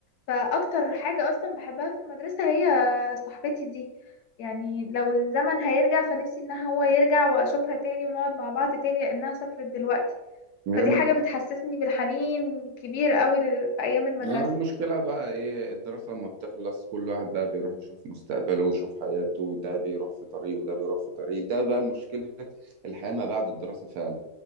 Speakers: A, on the left; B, on the right.
A: فأكتر حاجة أصلا بحبها في المدرسة هي صاحبتي دي يعني لو الزمن هيرجع فنفسي إن هو يرجع وأشوفها تاني ونقعد مع بعض تاني لأنها سافرت دلوقتي
B: امم
A: فدي حاجة بتحسسني بالحنين كبير قوي لل- في أيام المدرسة
B: يعني المشكلة بقى ايه الدراسة لما بتخلص كل واحد بقى بيروح يشوف مستقبله ويشوف حياته ده بيروح في طريق وده بيروح في طريق ده بقى مشكلة الحياة ما بعد الدراسة فعلا